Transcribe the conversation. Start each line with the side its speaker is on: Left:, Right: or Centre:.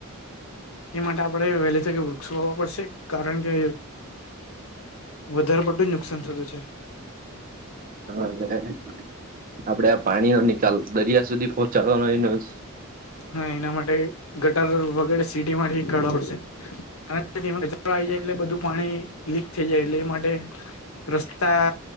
Left: એ માટે આપણે વહેલી થકી વૃક્ષો હોવા પડશે કારણ કે વધારે પડટું જ નુકસાન થતું છે.
Right: હ અને આપડે આ પાણી ન નિકાલ દરિયા સુધી પહોંચાડવાનો એ
Left: હા એના માટે ગટર વગેરે સીટીમાંથી કઢાવો પડશે. કચરો આવી જાય એટલે બધું પાણી લીક થઈ જાય એટલે એ માટે રસ્તા